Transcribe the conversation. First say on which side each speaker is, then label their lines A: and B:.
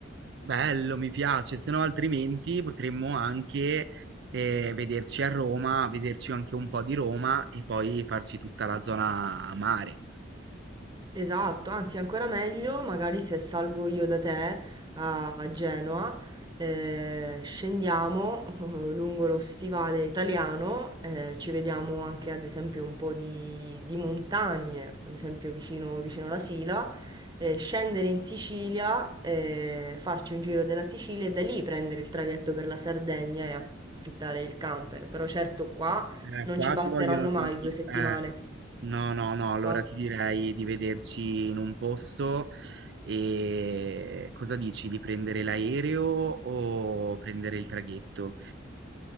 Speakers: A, on the right (about 60°); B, on the right (about 20°).
A: Bello, mi piace, se no altrimenti potremmo anche eh, vederci a Roma, vederci anche un po' di Roma e poi farci tutta la zona mare.
B: Esatto, anzi ancora meglio, magari se salgo io da te a a Genova, eh, scendiamo <laughs> lungo lo stivale italiano, eh, ci vediamo anche ad esempio un po' di, di montagne, ad esempio vicino, vicino alla Sila, eh, scendere in Sicilia, eh, farci un giro della Sicilia e da lì prendere il traghetto per la Sardegna e affittare il camper. Però certo qua
A: Eh,
B: non
A: qua
B: ci basteranno
A: ci vogliono tanti...
B: mai due settimane.
A: eh, no, no, no, allora
B: Qua
A: ti direi di vederci in un posto e cosa dici, di prendere l'aereo o prendere il traghetto?